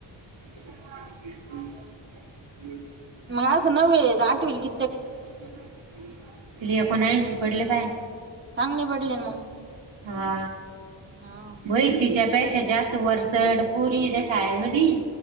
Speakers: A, on the right; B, on the right.
A: <unintelligible>
B: मग असं नव्हे आठवीत
A: <unintelligible> एकोण ऐशी पडले काय.
B: चांगली पडली ना मग.
A: हा
B: हा
A: बई तिच्यात पेक्षा जास्त वरचड पुरी त्या शाळेमध्ये.